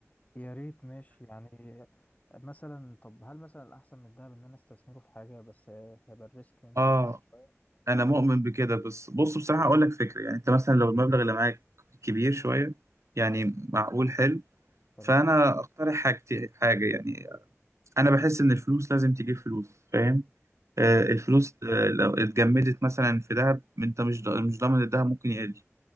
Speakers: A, on the left (about 30°); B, on the right (about 75°).
A: يا ريت ماشي يعني مثلا طب هل مثلا الأحسن من الدهب إن أنا استثمره في حاجة بس هيبقى الريسك يمكن
B: اه
A: أعلى شوية
B: انا مؤمن بكده بس بص بصراحه اقول لك فكره يعني انت مثلا لو المبلغ اللي معاك كبير شويه يعني
A: تمام
B: معقول حلو
A: تمام
B: فانا اقترح حاجتي حاجه يعني انا بحس ان الفلوس لازم تجيب فلوس فاهم آه
A: تمام
B: الفلوس آه لو اتجمدت مثلا في ذهب انت مش ضا- مش ضامن الذهب ممكن يقل